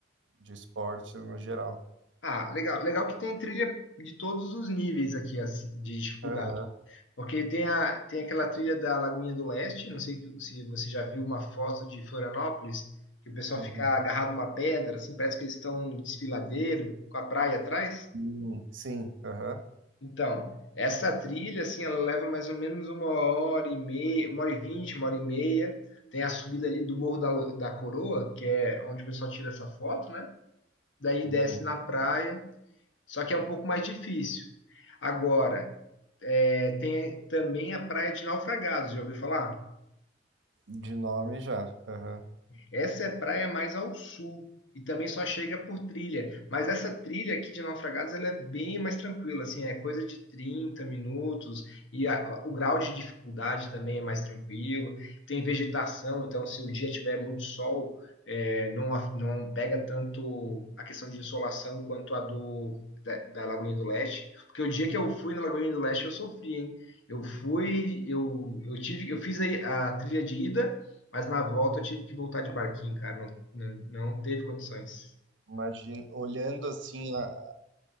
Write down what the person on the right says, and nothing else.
de esporte no geral.
Aham,
uhum.
Hum, Sim, aham.
uhum.
De nome já. aham.
Imagina, olhando assim a-